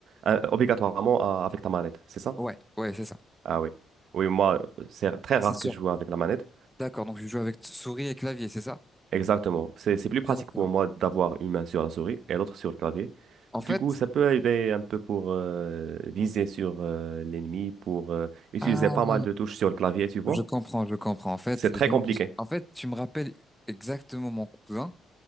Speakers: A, on the right; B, in the centre.
A: euh, obligatoirement à- avec ta manette, c'est ça?
B: Ouais, ouais, c'est ça.
A: Ah oui. Oui, moi, c'est très
B: C'est
A: rare
B: sûr.
A: que je joue avec la manette.
B: D'accord, donc je joue avec souris et clavier, c'est ça?
A: Exactement. C'est, c'est plus pratique
B: D'accord.
A: pour moi d'avoir une main sur la souris et l'autre sur le clavier.
B: En
A: Du
B: fait,
A: coup, ça peut aider un peu pour euh, viser sur euh, l'ennemi, pour euh, utiliser
B: ah,
A: pas mal de touches sur le clavier, tu vois.
B: je comprends, je comprends. En fait,
A: C'est très
B: je-
A: compliqué.
B: en fait, tu me rappelles exactement mon cousin.